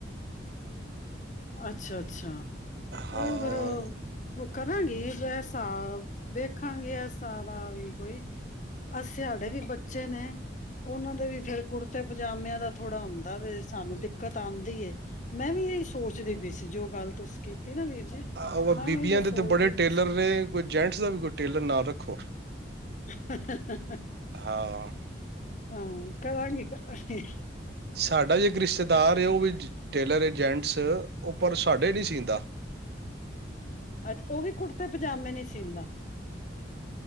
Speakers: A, on the left (about 40°); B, on the right (about 55°).
A: ਅੱਛਾ -ਅੱਛਾ।
B: ਹਾਂ
A: ਉਹ ਫੇਰ ਕਰਾਂਗੀ ਵੈਸਾ, ਦੇਖ ਰਖਾਂਗੇ ਇਸ ਸਾਦਾ ਵੀ ਕੋਈ ਅ ਸਿਆਡੇ ਵੀ ਬੱਚੇ ਬੱਚੇ ਨੇ, ਉਹਨਾਂ ਦੇ ਵੀ ਫੇਰ ਕੁੜਤੇ- ਪਜਾਮਿਆਂ ਦਾ ਥੋੜਾ ਦਾ ਵੀ ਸਾਨੂੰ ਦਿੱਕਤ ਆਉਂਦੀ। ਏ ਮੈਂ ਵੀ ਇਹ ਸੋਚਦੇ ਪਈ ਸੀ ਜੋ ਗੱਲ ਤੁਸੀਂ ਨਾ ਵੀਰ ਜੀ
B: ਉਹ
A: ਮੈਂ
B: ਬੀਬੀਆਂ
A: ਵੀ ਇਹੀਓ
B: ਦੇ
A: ਸੋਚਦੀ
B: ਤਾਂ ਬੜੇ
A: ਪਈ
B: ਟੇਲਰ
A: ਸੀ।
B: ਰਹੇ ਕੋਈ ਜੈਂਟਸ ਦਾ ਵੀ ਕੋਈ ਟੇਲਰ ਨਾ ਰੱਖੋ।
A: ਹਾਂ-ਹਾਂ-ਹਾਂ
B: ਹਾਂ,
A: ਹਾਂ ਕਰਾਂਗੀ ਕਰਾਂਗੀ।
B: ਸਾਡਾ ਵੀ ਇੱਕ ਰਿਸ਼ਤੇਦਾਰ ਹੈ ਉਹ ਵੀ ਟੇਲਰ ਏ ਜੈਂਸ ਉਹ ਪਰ ਸਾਡੇ ਨਹੀਂ ਸੀਂਦਾ।
A: ਅੱਛਾ ਉਹ ਵੀ ਕੁੜਤੇ- ਪਜਾਮੇ ਨੀ ਸੀਂਦਾ।